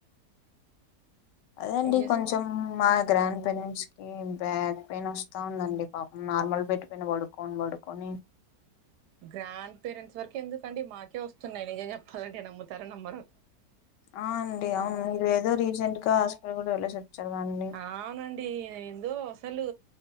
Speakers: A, on the left; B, on the right.
A: అదండి
B: ఏం చేస్
A: కొంచెం అ మ్మా గ్రాండ్ పేరెంట్స్ కి బ్యాన్ పెయిన్ ఒస్తా ఉందండి పాపం నార్మల్ బెట్ పెయిన్ పడు కోన్ బడుకని
B: గ్రాండ్ పేరెంట్స్ వరక్ ఎందుకండి మాకే ఒస్తున్నాయి నిజం చెప్పాలండి నమ్ముతారో నమ్మరు
A: ఆ అండి అవును మీర్ ఏదో రీసెంట్ గా హాస్పిటల్ కూడా వెళ్ళసిచ్చారుగండి
B: ఆవునండి ఎందో అసలు